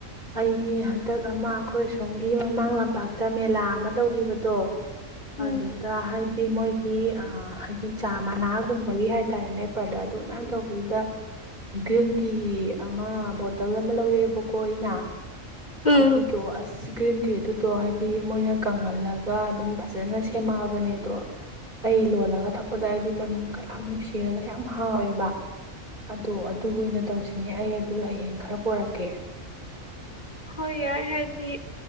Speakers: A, on the right; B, on the left.
A: ꯑꯩꯒꯤ ꯍꯟꯗꯛ ꯑꯃ ꯑꯩꯈꯣꯏ ꯑꯁꯣꯝꯒꯤ ꯃꯃꯥꯡ ꯂꯝꯄꯥꯛꯇ ꯃꯦꯂꯥ ꯑꯃ ꯇꯧꯈꯤꯕꯗꯣ
B: ꯎꯝ
A: ꯑꯗꯨꯗ ꯍꯥꯏꯗꯤ ꯃꯣꯏꯒꯤ ꯑ ꯍꯥꯏꯗꯤ ꯆꯥ ꯃꯅꯥꯒꯨꯝꯕꯒꯤ ꯍꯥꯏ ꯍꯥꯏꯇꯥꯔꯦꯅꯦ ꯄ꯭ꯔꯗꯛ ꯑꯗꯨ ꯃꯌꯥꯝ ꯇꯧꯕꯗꯨꯗ ꯑꯩ ꯒ꯭ꯔꯤꯟ ꯇꯤ ꯑꯃ ꯕꯣꯇꯜ ꯑꯃ ꯂꯧꯔꯛꯑꯦꯕꯀꯣ ꯑꯩꯅ
B: ꯎꯝ
A: ꯑꯗꯨꯗꯣ ꯑꯁ ꯒ꯭ꯔꯤꯟ ꯇꯤ ꯑꯗꯨꯗꯣ ꯍꯥꯏꯗꯤ ꯃꯣꯏꯅ ꯀꯪꯍꯜꯂꯒ ꯑꯗꯨꯝ ꯐꯖꯅ ꯁꯦꯝꯃꯛꯑꯕꯅꯦ ꯑꯗꯣ ꯑꯩ ꯂꯣꯜꯂꯒ ꯊꯛꯄꯗ ꯑꯩꯗꯤ ꯃꯅꯝ ꯀꯌꯥꯝ ꯁꯤꯔꯒ ꯌꯥꯝ ꯍꯥꯎꯋꯦꯕ ꯑꯗꯣ ꯑꯗꯨ ꯑꯣꯏꯅ ꯇꯧꯁꯤꯅꯦ ꯑꯩ ꯑꯗꯨ ꯍꯌꯦꯡ ꯈꯔ ꯄꯣꯔꯛꯀꯦ
B: ꯍꯣꯏ ꯌꯥꯏ ꯍꯥꯏꯗꯤ